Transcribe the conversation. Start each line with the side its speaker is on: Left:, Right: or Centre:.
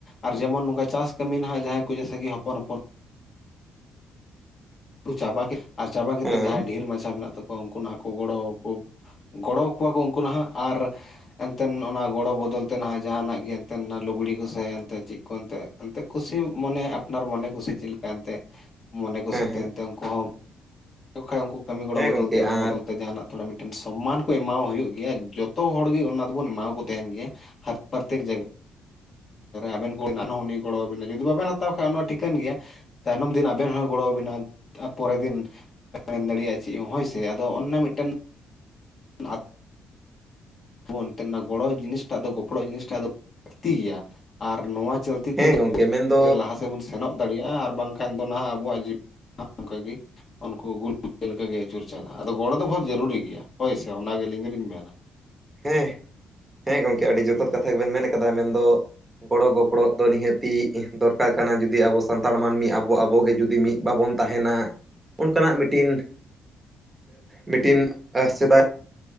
Left: ᱟᱨ ᱡᱮᱢᱚᱱ ᱱᱚᱝᱠᱟ ᱪᱟᱥ ᱠᱟᱹᱢᱤ ᱱᱟᱦᱟᱜ ᱡᱟᱦᱟᱸᱭ ᱠᱚ ᱡᱮᱭᱥᱮ ᱠᱤ ᱦᱚᱯᱚᱱ ᱦᱚᱯᱚᱱ ᱪᱟᱵᱟ ᱠᱮᱫ ᱟᱨ ᱪᱟᱵᱟ ᱠᱟᱛᱮᱫ
Right: ᱦᱮᱸ
Left: ᱡᱟᱦᱟᱸᱭ ᱰᱷᱮᱨ ᱢᱟᱪᱷᱟ ᱢᱮᱱᱟᱜ ᱛᱟᱠᱚᱣᱟ ᱩᱱᱠᱩ ᱱᱟᱦᱟᱸᱜ ᱠᱚ ᱜᱚᱲᱚ ᱟᱠᱚ᱾ ᱜᱚᱲᱚ ᱟᱠᱚᱣᱟ ᱠᱚ ᱩᱱᱠᱩ ᱱᱟᱦᱟᱜ ᱟᱨ ᱮᱱᱛᱮᱱ ᱚᱱᱟ ᱜᱚᱲᱚ ᱵᱚᱫᱚᱞ ᱛᱮ ᱱᱟᱦᱟᱜ ᱡᱟᱦᱟᱱᱟᱜ ᱜᱮ ᱮᱱᱛᱮᱱ ᱚᱱᱟ ᱞᱩᱜᱽᱲᱤ ᱠᱚ ᱥᱮ ᱮᱱᱛᱮᱫ ᱪᱮᱫ ᱠᱚ ᱮᱱᱛᱮ ᱮᱱᱛᱮᱫ ᱠᱩᱥᱤ ᱢᱚᱱᱮ ᱟᱯᱱᱟᱨ ᱢᱚᱱᱮ ᱠᱩᱥᱤ ᱪᱮᱫ ᱞᱮᱠᱟ ᱮᱱᱛᱮ ᱢᱚᱱᱮ ᱠᱩᱥᱤᱛᱮ
Right: ᱦᱮᱸ ᱦᱮᱸ
Left: ᱮᱱᱛᱮ ᱩᱱᱠᱩ ᱦᱚᱸ ᱠᱚ ᱠᱷᱟᱡ ᱩᱱᱠᱩ ᱠᱟᱹᱢᱤ ᱜᱚᱲᱚ
Right: ᱦᱮᱸ
Left: ᱵᱚᱫᱚᱞᱛᱮ
Right: ᱜᱚᱝᱠᱮ
Left: ᱚᱱᱟ
Right: ᱟᱨ
Left: ᱵᱚᱫᱚᱞ ᱛᱮ, ᱛᱮ ᱡᱟᱦᱟᱱᱟᱜ ᱛᱷᱚᱲᱟ ᱢᱤᱫᱴᱮᱱ ᱥᱚᱢᱢᱟᱱ ᱠᱚ ᱮᱢᱟᱣ ᱦᱩᱭᱩᱜ ᱜᱮᱭᱟ ᱡᱚᱛᱚ ᱦᱚᱲ ᱜᱮ ᱚᱱᱟ ᱫᱚᱵᱚᱱ ᱮᱢᱟᱣᱟ ᱠᱚ ᱛᱟᱦᱮᱱ ᱜᱮᱭᱟ ᱾ <unintelligible> ᱟᱵᱮᱱ ᱠᱚ <unintelligible> ᱜᱚᱲᱚᱣᱟᱵᱤᱱᱟ ᱡᱩᱫᱤ ᱵᱟᱵᱮᱱ ᱦᱟᱛᱟᱣ ᱠᱷᱟᱡ ᱚᱱᱟ ᱦᱚᱸ ᱴᱷᱤᱠᱟᱹᱱ ᱜᱮᱭᱟ᱾ ᱛᱟᱭᱱᱚᱢ ᱫᱤᱱ ᱟᱵᱮᱱ ᱦᱚᱸᱭ ᱜᱚᱲᱚᱣᱟᱵᱮᱱᱟ ᱛᱟᱨᱯᱚᱨᱮᱨ ᱫᱤᱱ ᱵᱟᱭ ᱢᱮᱱ ᱫᱟᱲᱮᱭᱟᱜᱼᱟ ᱪᱮᱫ ᱦᱚᱸ ᱦᱳᱭ ᱥᱮ ᱟᱫᱚ ᱚᱱ-ᱱᱟ ᱢᱤᱫᱴᱮᱱ ᱱᱟᱛ ᱮᱱᱛᱮ ᱜᱚᱲᱚ ᱡᱤᱱᱤᱥ ᱴᱟᱜ ᱫᱚ ᱜᱚᱯᱚᱲᱚ ᱡᱤᱱᱤᱥᱴᱟᱜ ᱫᱚ ᱞᱟᱹᱠᱛᱤ ᱜᱮᱭᱟ ᱟᱨ ᱱᱚᱣᱟ ᱪᱚᱞᱛᱤ
Right: ᱦᱮᱸ
Left: ᱛᱮᱜᱮ
Right: ᱜᱚᱝᱠᱮ ᱢᱮᱱᱫᱚ
Left: ᱞᱟᱦᱟ ᱥᱮᱫ ᱵᱚᱱ ᱥᱮᱱᱚᱜ ᱫᱟᱲᱮᱭᱟᱜᱼᱟ ᱟᱨ ᱵᱟᱝᱠᱷᱟᱱ ᱫᱚ ᱱᱟᱦᱟᱜ ᱟᱵᱚᱣᱟᱜ ᱡᱤᱭᱚᱱ ᱚᱱᱠᱟᱜ ᱜᱮ ᱩᱱᱠᱩ ᱜᱩᱞ ᱞᱮᱠᱟᱜᱮ ᱟᱹᱪᱩᱨ ᱪᱟᱞᱟᱜᱼᱟ ᱟᱫᱚ ᱜᱚᱲᱚ ᱫᱚ ᱵᱚᱦᱩᱛ ᱡᱟᱹᱨᱩᱨᱤ ᱜᱮᱭᱟ ᱾ ᱦᱳᱭ ᱥᱮ ᱚᱱᱟᱜᱮ ᱟᱹᱞᱤᱧ ᱫᱚᱞᱤᱧ ᱢᱮᱱᱟ᱾
Right: ᱦᱮᱸ ᱦᱮᱸ ᱜᱚᱢᱠᱮ ᱟᱹᱰᱤ ᱡᱚᱛᱷᱟᱛ ᱠᱟᱛᱷᱟ ᱜᱮᱵᱮᱱ ᱢᱮᱱ ᱠᱟᱫᱟ ᱢᱮᱱᱫᱚ ᱜᱚᱲᱚ ᱜᱚᱯᱚᱲᱚ ᱫᱚ ᱱᱤᱦᱟᱹᱛᱤ ᱫᱚᱨᱠᱟᱨ ᱠᱟᱱᱟ ᱡᱩᱫᱤ ᱟᱵᱚ ᱥᱟᱱᱛᱟᱲ ᱢᱟᱹᱱᱢᱤ ᱟᱵᱚ ᱟᱵᱚᱜᱮ ᱡᱩᱫᱤ ᱢᱤᱫ ᱵᱟᱵᱚᱱ ᱛᱟᱦᱮᱱᱟ ᱚᱱᱠᱟᱱᱟᱜ ᱢᱤᱫᱴᱤᱱ ᱢᱤᱫᱴᱤᱱ ᱥᱮᱫᱟᱭ